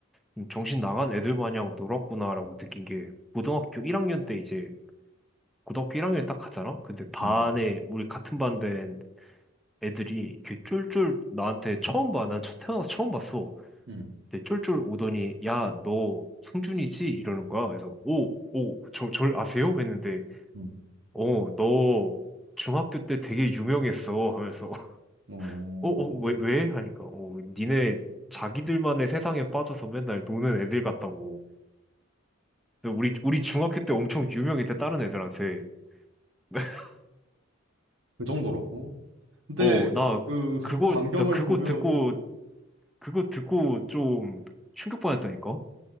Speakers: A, in the centre; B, on the right (about 65°).
A: 좀 정신 나간 애들 마냥 놀았구나라고 느낀 게, 고등학교 1학년 때 이제, 고등학교 1학년에 딱 가잖아? 근데 반에,
B: 음,
A: 우리 같은 반 된 애들이 이렇게 쫄쫄 나한테 처음 봐. 난 처- 태어나서 처음 봤어.
B: 음,
A: 근데 쫄쫄 오더니, 야, 너 성준이지? 이러는 거야. 그래서, 오, 오, 저, 절 아세요? 했는데,
B: 음.
A: 어, 너 중학교 때 되게 유명했어 하면서 <laughs>
B: 어,
A: 어, 어, 왜, 왜? 하니까 어, 니네 자기들만의 세상에 빠져서 맨날 노는 애들 같다고. 근데 우리 우리 중학교 때 엄청 유명했대 다른 애들한테. <laughs>
B: 그 정도라고? 근데,
A: 어, 나
B: 그,
A: 그거
B: 광경을
A: 나 그거
B: 보면,
A: 듣고 그거 듣고 좀 충격 받았다니까.